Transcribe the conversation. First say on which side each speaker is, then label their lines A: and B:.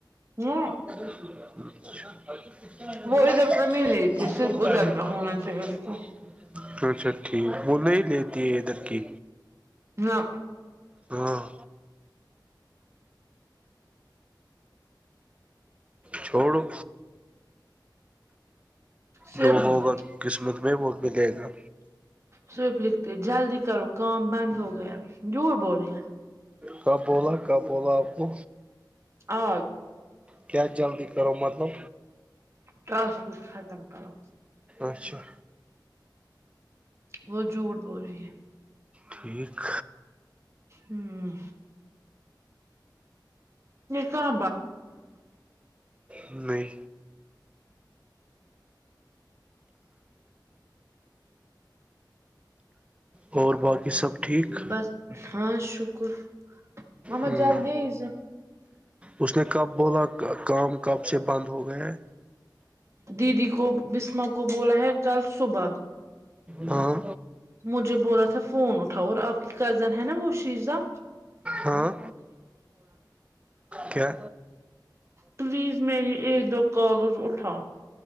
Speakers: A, on the right (about 35°); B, on the right (about 15°).
A: ہ
B: <unintelligible>
A: وہ ادھر کا نہیں لیتی صرف ادھر کا ہونا چاہیے اس کو
B: اچھا ٹھیک وہ نہیں لیتی ہے ادھر کی
A: نہ
B: ہاں چھوڑو
A: صرف
B: جو ہوگا قسمت میں وہ ملے گا
A: سورپ لکھتے ہو جلدی کرو کام بند ہو گیا جور بول رہیا
B: کب بولا کب بولا آپ کو
A: آ
B: کیا جلدی کرو مطلب
A: توس ک ختم کرو
B: اچھا
A: وہ جھوٹ بول رہی ہے
B: ٹھیک
A: ہوں کا
B: نہیں <unintelligible> اور باقی سب ٹھیک
A: بس ہاں شکر م
B: ہوں
A: جلدی ایز
B: اس نے کب بولا کام کب سے بند ہو گیا ہے
A: دیدی کو بسما کو بولا ہے کل صبح
B: ہاں
A: مجھے بولا تھا فون اٹھاؤ اور آپ کی کزن ہے نا وہ شیزاں
B: ہاں کیا
A: پلیز میری ایک دو کالز اٹھا